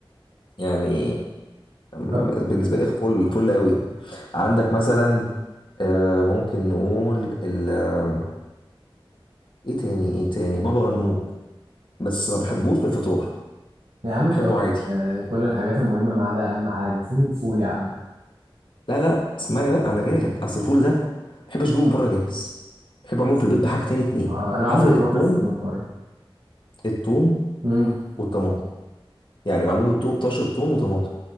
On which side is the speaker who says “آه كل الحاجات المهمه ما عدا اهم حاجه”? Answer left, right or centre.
Right